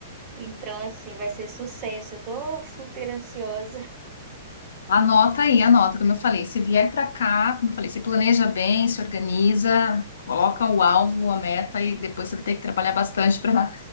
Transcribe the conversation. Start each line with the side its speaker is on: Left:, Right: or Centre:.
Right: Então, assim, vai ser sucesso. Eu tô super ansiosa.
Left: Anota aí, anota, como eu falei. Se vier para cá, como eu falei, se planeja bem, se organiza, coloca o alvo, a meta e depois você vai ter que trabalhar bastante para